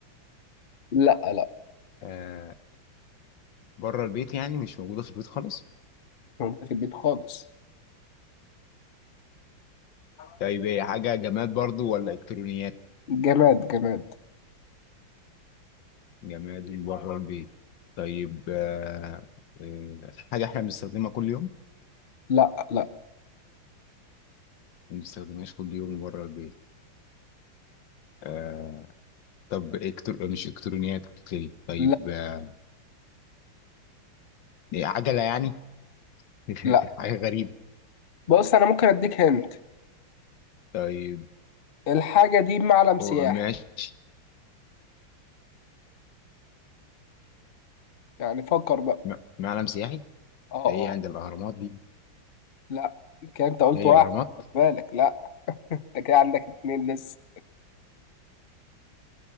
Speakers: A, on the left (about 45°); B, on the left (about 70°).
A: لا لا
B: آه... بره البيت يعني مش موجودة في البيت خالص
A: موجودة في البيت خالص
B: طيب هي حاجة جماد برضو ولا الكترونيات
A: جماد جماد
B: جماد من بره البيت طيب آه آه، حاجة احنا بنستخدمها كل يوم
A: لا لا
B: ما بنستخدمهاش كل يوم من بره البيت آه طب إكتر... مش إلكترونيات بتتكلم. طيب
A: لا
B: آه إيه، عجلة يعني <laughs>
A: لا
B: حاجة غريبة
A: بص انا ممكن اديك هنت
B: طيب
A: الحاجه دي معلم سياحي
B: هو- ماشي
A: يعني فكر بقى
B: م- معلم سياحي
A: اه
B: ده
A: اه
B: هي عند الأهرامات دي
A: لا كده انت قلت
B: هي
A: واحد
B: الأهرامات
A: خد بالك لا انت كده عندك اتنين لسه